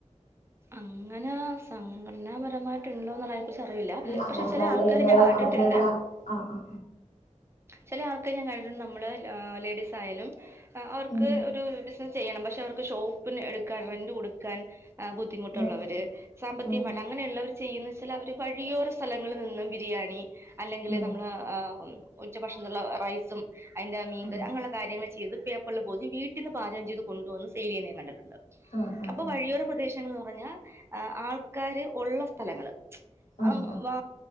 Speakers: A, on the right (about 20°); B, on the left (about 80°).
A: അങ്ങനെ സംഘടനാപരമായിട്ടുണ്ടോ എന്നുള്ള ച്ചറിവില്ല
B: ഈ അനാഥാലയങ്ങള്
A: പക്ഷെ ചില ആൾക്കാര് ഞാൻ കണ്ടിട്ടുണ്ട്
B: അങ്ങനെയുള്ള ആ ആ
A: ചില ആൾക്കാരെ ഞാൻ കണ്ടിട്ടുണ്ട് നമ്മള് ഏ ലേഡീസ് ആയാലും അവർക്ക്
B: ഉം
A: ഒരു ബിസിനസ്സ് ചെയ്യണം, പക്ഷെ അവർക്ക് ഷോപ്പിന് എടുക്കാൻ റെന്റ് കൊടുക്കാൻ ആ ബുദ്ധിമുട്ടുള്ളവര്
B: ഉം
A: സാമ്പത്തികമായിട്ട്
B: ഉം
A: അങ്ങനെയുള്ളവര് ചെയ്യന്ന വെച്ചാല് അവര് വഴിയോര സ്ഥലങ്ങളിൽ നിന്നും ബിരിയാണി അല്ലെങ്കിൽ
B: ഉം
A: നമ്മള് ഉച്ചഭക്ഷണത്തി നുള്ള റൈസും അതിന്റെ മീൻ
B: ഉം
A: കറി അങ്ങയുള്ള കാര്യങ്ങള് ചെയത് പേപ്പറിൽ പൊതിഞ്ഞ് വീട്ടീന്ന് പാചകം ചെയ്ത് കൊണ്ടു വന്ന് സൈല് ചെയ്യുന്നത് ഞാൻ കണ്ടിട്ടുണ്ട്
B: ഉം ഉം
A: അപ്പൊ
B: ഉം
A: വഴിയോര പ്രദേശങ്ങള്ന്ന് പറഞ്ഞാൽ ആൾക്കാര് ഉള്ള സ്ഥലങ്ങള് ആഹ്
B: ഉം ഉം
A: വാ